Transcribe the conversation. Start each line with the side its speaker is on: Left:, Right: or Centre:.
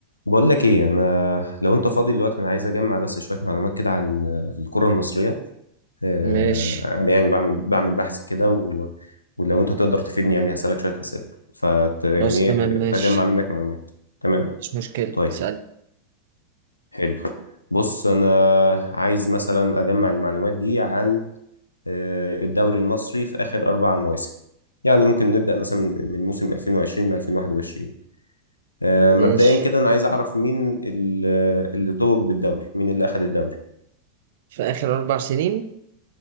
Left: بقول لك ايه انا لو انت فاضي دلوقتي انا عايز اجمع بس شويه معلومات كده عن الكره المصريه آه،
Right: ماشي
Left: يعني بعمل بعمل بحث كده و... ولو انت تقدر تفيدني يعني هسالك شويه اسئله فت يعني
Right: خلاص تمام
Left: ايه ت-
Right: ماشي
Left: اجمع منك معلومات تمام
Right: مش مشكلة
Left: طيب
Right: سأل
Left: حلو بص انا عايز مثلا اجمع المعلومات دي عن آه، الدوري المصري في اخر اربع مواسم يعني ممكن نبدا مثلا من موسم 2020 ل 2021 آه، مبدئيا
Right: ماشي
Left: كده انا عايز اعرف مين ال- اللي توج بالدوري مين اللي اخذ الدوري
Right: في آخر أربع سنين